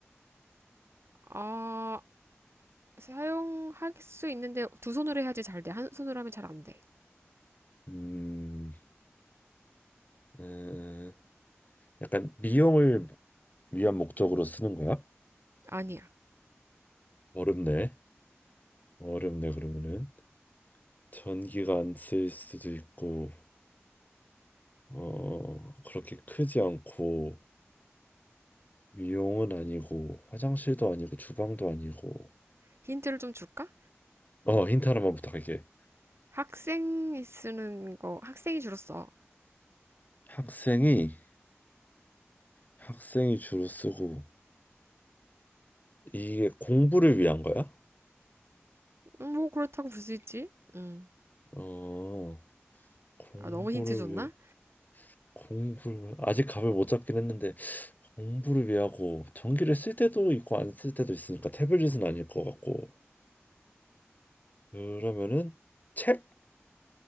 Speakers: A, on the right; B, on the left.
A: 아, 사용할 수 있는데 두 손으로 해야지 잘 돼. 한 손으로 하면 잘 안 돼.
B: 음, 음, 약간 미용을 위안 목적으로 쓰는 거야?
A: 아니야.
B: 어렵네. 어렵네 그러면은 전기가 안 쓸 수도 있고 어 그렇게 크지 않고 미용은 아니고 화장실도 아니고 주방도 아니고
A: 힌트를 좀 줄까?
B: 어 힌트 하나만 부탁할게.
A: 학생이 쓰는 거, 학생이 주로 써.
B: 학생이 학생이 주로 쓰고 이게 공부를 위한 거야?
A: 음, 뭐, 그렇다고 볼 수 있지? 음.
B: 어 공부를
A: 아, 너무 힌트 줬나?
B: 위해 공부를 아직 감을 못 잡긴 했는데 공부를 위하고 전기를 쓸 때도 있고 안 쓸 때도 있으니까 태블릿은 아닐 것 같고 그러면은 책?